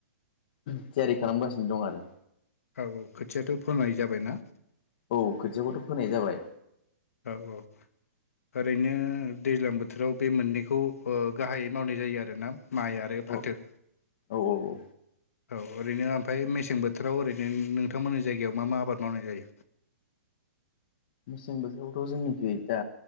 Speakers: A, on the left; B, on the left.
A: थियारि खालामगासिनो दं आरो
B: औ औ खोथियाथ' फोरमनाय जाबायना
A: औ खोथियाखौथ' फोनाय जाबाय।
B: औ औ ओरैनो दैज्लां बोथोराव बे मोननैखौ ओ गाहाइयै मावनाय जायो आरोना। माइ आरो फाथो।
A: औ औ औ औ
B: औ ओरैनो ओमफ्राय मेसें बोथोराव ओरैनो नोंथांमोननि जायगायाव मा मा आबाद मावनाय जायो?
A: मेसें बोथोरावथ' जोंनिखै दा